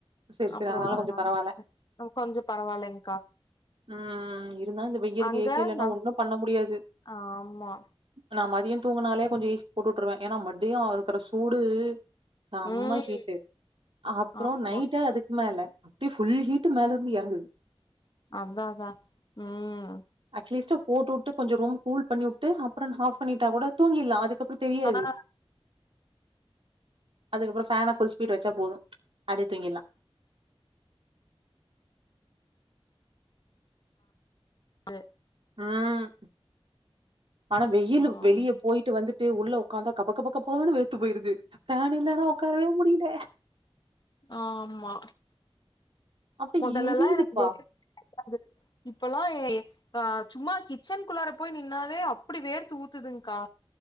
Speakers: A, on the right; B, on the left.
A: செரி செரி
B: அப்புறோ அதனால
A: கொஞ்சோ பரவால்ல
B: <inaudible> கொஞ்சோ பரவாயில்லங்கா
A: ம் இருந்தா இந்த வெயிலுக்கு
B: அங்க
A: ஏ சி இல்லன்னா
B: நா
A: ஒண்ணு பண்ண முடியாது
B: ஆமா
A: நா மதியோ தூங்குனாலே கொஞ்சோ ஏசி போட்டு உட்டுருவே ஏன்னா மதியோ இருக்கற சூடு செம்ம
B: ம்
A: ஹீட்டு அப்புறோ
B: ஆமா
A: நைட்டு அதுக்கு மேல அப்படி ஃபுல் ஹீட்டு மேலருந்து எறங்குது
B: அந்தாதா ம்
A: அட்லீஸ்ட் போட்டுட்டு கொஞ்சோ ரூம் கூல் பண்ணிவுட்டு அப்புறோ ஆஃப் பண்ணிட்டா கூட தூங்கிர்ல அதுக்கப்புறோ தெரியாது
B: ஆ
A: அதுக்கப்புறே ஃபேனா ஃபுல் ஸ்பீடா வச்சா போது அப்டியே தூங்கிர்லா
B: து
A: ம் அ ஆனா
B: ஆம்
A: வெயிலு வெளியே போயிட்டு வந்து ட்டு உள்ள உக்காந்தா கபக்கப்பக்கபனு வேத்து போயிருது ஃபேன் இல்லன்னா உக்காரவே முடியல
B: ஆமா
A: அப்டி
B: மொதல்லல்லா
A: எரியுதுப்பா
B: எனக்கு வேரு <inaudible> வேர்க்காது இப்பல்லா ஆ சும்மா கிச்சனுக்குள்ளார போய் நின்னாவே அப்பிடி வேர்த்து ஊத்துத்துங்கா